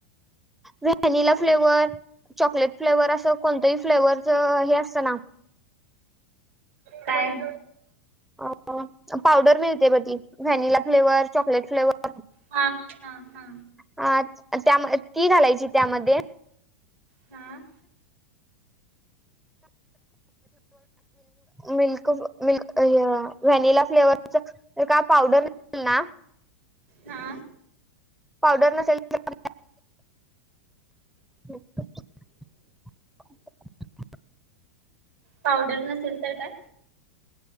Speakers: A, in the centre; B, on the right.
A: व्हॅनिला फ्लेवर चॉकलेट फ्लेवर असं कोणतही फ्लेवरच हे असतं ना?
B: काय?
A: अ पावडर मिळते ब ती व्हॅनिला फ्लेवर, चॉकलेट फ्लेवर
B: हा हा हा
A: हा ती त्याम ती घालायची त्यामध्ये
B: हां
A: मिल्क व्हॅनिला फ्लेवरच का पावडर मिळेल ना.
B: हा
A: पावडर नसेल तर, <inaudible>
B: पावडर नसेल तर काय?